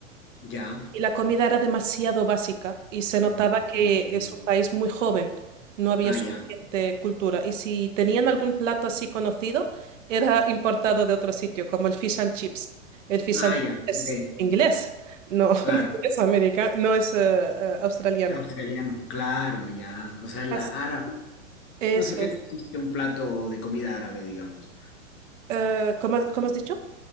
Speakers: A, on the left (about 30°); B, on the right (about 65°).
A: ya.
B: Y la comida era demasiado básica y se notaba
A: Mm,
B: que es un país muy joven, no había
A: Ah,
B: suficiente
A: ya.
B: cultura. Y si tenían algún plato así conocido, era importado de otro sitio, como el fish and chips. El fish
A: Ah,
B: and chips
A: ya.
B: es
A: Ok,
B: inglés, no <laughs>
A: claro.
B: no es americano, no es eh, eh, australiano.
A: Australiano, claro, ya. O sea, la
B: As-
A: árabe.
B: Eso
A: No sé
B: es.
A: qué consiste un plato de comida árabe, digamos.
B: Eh, ¿cómo, cómo has dicho?